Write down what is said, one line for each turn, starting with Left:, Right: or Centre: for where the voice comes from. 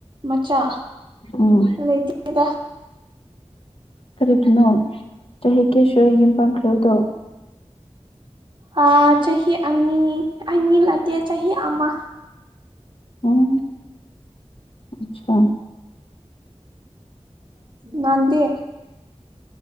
Right: ꯃꯆꯥ
Left: ꯎꯝ
Right: ꯂꯩ ꯇꯦꯗꯥ
Left: ꯀꯔꯤꯒꯤꯅꯣ ꯆꯍꯤ ꯀꯌꯥ ꯁꯨꯔꯦ ꯌꯨꯝ ꯄꯥꯝꯈ꯭ꯔꯥꯕꯗꯣ
Right: ꯑꯥ ꯆꯍꯤ ꯑꯅꯤ ꯑꯅꯤ ꯅꯠꯇꯦ ꯆꯍꯤ ꯑꯃꯥ
Left: ꯎꯝ ꯑꯠꯆꯥ
Right: ꯅꯪꯗꯤ